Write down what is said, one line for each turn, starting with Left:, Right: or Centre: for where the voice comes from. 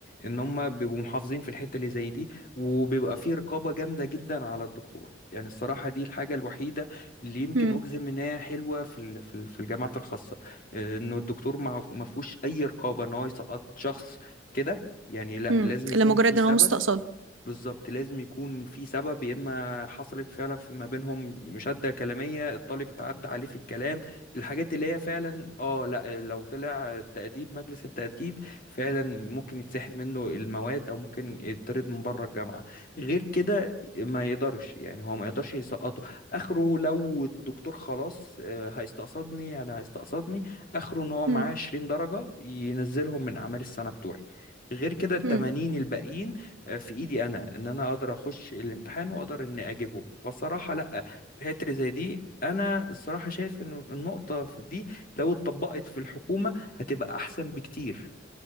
Left: إن هم بيبقوا محافظين في الحتة اللي زي دي وبيبقى فيه رقابة جامدة جدا على الدكتور يعني الصراحة دي الحاجة الوحيدة اللي يمكن
Right: امم
Left: أجزم إنها حلوة في ال- في ال- في الجامعات الخاصة إنه الدكتور ما ما فيهوش أي رقابة إن هو يسقط شخص كده يعني لا
Right: امم
Left: لازم يكون
Right: لمجرد
Left: في سبب
Right: ان هو مستقصده
Left: بالظبط لازم يكون في سبب يا اما حصلت فعلا في ما بينهم مشادة كلامية الطالب اتعدى عليه في الكلام الحاجات اللي هي فعلا اه لا لو طلع التأديب مجلس التأديب فعلا ممكن يتسحب منه المواد او ممكن يطرد من بره الجامعة غير كده ما يقدرش يعني هو ما يقدرش يسقطه اخره لو الدكتور خلاص آه، هيستقصدني يعني هيستقصدني اخره ان هو معاه
Right: امم
Left: 20 درجة ينزلهم من اعمال السنة بتوعي غير كده التمانين
Right: امم
Left: الباقيين في ايدي انا ان انا اقدر اخش الامتحان واقدر اني اجيبهم فالصراحه لا في الحته اللي زي دي انا الصراحه شايف ان النقطه في دي لو اتطبقت في الحكومه هتبقى احسن بكتير